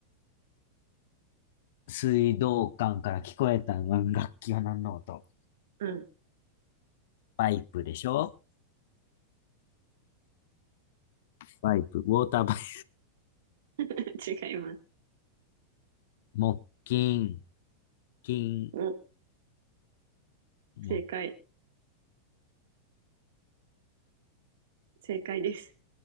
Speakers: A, on the left (about 50°); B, on the right (about 55°).
A: 水道管から聞こえた楽器は何の音
B: うん、
A: パイプでしょパイプ、ウォーターパイプ、
B: <laughs> 違います。
A: 木琴、金、
B: お、
A: 木、
B: 正解、正解です。